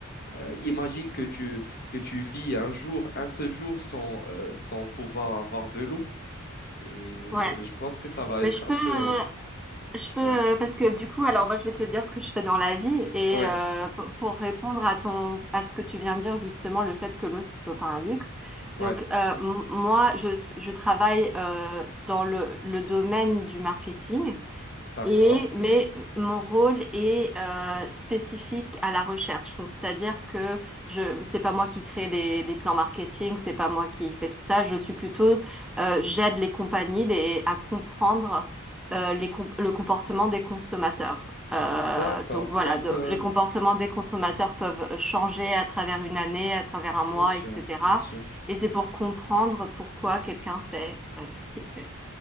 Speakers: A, on the left; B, in the centre.
A: Euh, imagine que tu, que tu vis un jour, un seul jour sans, euh, sans pouvoir avoir de l'eau. Et euh,
B: Ouais,
A: je pense que ça va
B: mais
A: être
B: je
A: un
B: peux,
A: peu...
B: euh, je peux
A: Ouais,
B: euh, parce que du coup, alors moi je vais te dire ce que je fais dans la vie et
A: ouais,
B: euh, pour pour répondre à ton à ce que tu viens de dire justement le fait que l'eau ce soit pas un luxe.
A: ouais.
B: Donc euh, m- moi je je travaille euh, dans le le domaine du marketing.
A: D'accord,
B: Et, mais mon rôle est euh, spécifique à la recherche. Donc, c'est-à-dire que je, c'est pas moi qui crée les, les plans marketing, c'est pas moi qui fais tout ça. Je suis plutôt, euh, j'aide les compagnies les- à comprendre euh, les com- le comportement des consommateurs. Euh,
A: d'accord.
B: donc voilà,
A: Donc,
B: de-
A: euh,
B: les comportements des consommateurs peuvent changer à travers une année, à travers un mois,
A: bien sûr,
B: etc.
A: bien sûr.
B: Et c'est pour comprendre pourquoi quelqu'un fait euh, ce qu'il fait.